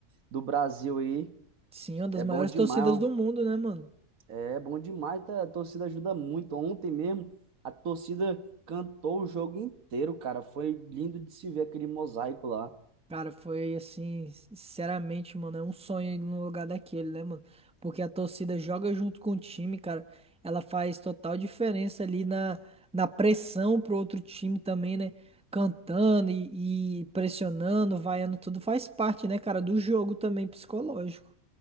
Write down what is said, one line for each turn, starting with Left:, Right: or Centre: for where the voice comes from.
Right: do Brasil aí.
Centre: sim, uma das
Right: É
Centre: maiores
Right: bom demais,
Centre: torcidas
Right: ó.
Centre: do mundo, né, mano?
Right: é bom demais. Tá? A torcida ajuda muito. Ontem mesmo, a torcida cantou o jogo inteiro, cara. Foi lindo de se ver aquele mosaico lá.
Centre: Cara, foi assim, sinceramente, mano, é um sonho ir num lugar daquele, né, mano? Porque a torcida joga junto com o time, cara. Ela faz total diferença ali na, na pressão pro outro time também, né? Cantando e, e pressionando, vaiando, tudo faz parte, né, cara, do jogo também psicológico.